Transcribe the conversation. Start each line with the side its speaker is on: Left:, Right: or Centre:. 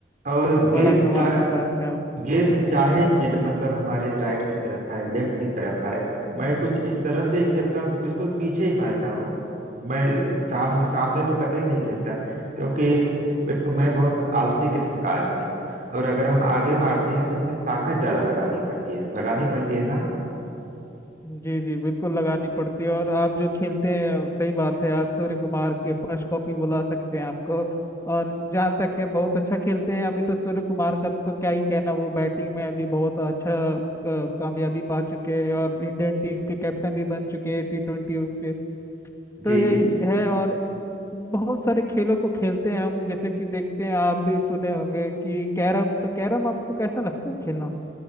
Right: और
Left: बड़ा
Right: गेंद
Left: कमाल
Right: चा
Left: की बात है आप
Right: गेंद चाहे जिद मतलब हमारे राइट की तरफ आए लेफ्ट की तरफ आए मैं कुछ इस तरह से ही खेलता बिल्कुल पीछे ही मारता हूँ मैं सामने सामने तो कतई नहीं खेलता क्योंकि एक तो मैं बहुत आलसी किस्म का आदमी हूँ और अगर हम आगे मारते हैं तो उसमें ताकत ज्यादा लगानी पड़ती है लगानी पड़ती है ना
Left: जी जी बिल्कुल लगानी पड़ती है और आप जो खेलते हैं सही बात है आप सूर्य कुमार के फर्स्ट कॉपी बुला सकते हैं आपको और जहाँ तक है बहुत अच्छा खेलते हैं अभी तो सूर्य कुमार का तो क्या ही कहना वो बैटिंग में अभी बहुत अच्छा अ, कामयाबी पा चुके हैं और इंडियन टीम के कैप्टन भी बन चुके हैं टी ट्वेंटी से
Right: जी
Left: तो यही
Right: जी जी
Left: है और बहुत सारे खेलों को खेलते हैं हम जैसे कि देखते हैं आप भी सुने होंगे कि कैरम तो कैरम आपको कैसा लगता है खेलना